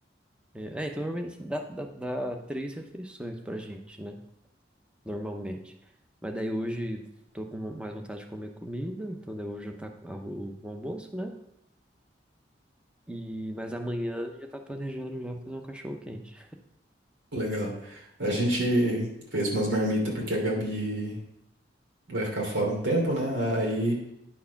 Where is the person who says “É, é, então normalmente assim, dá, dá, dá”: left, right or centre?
Centre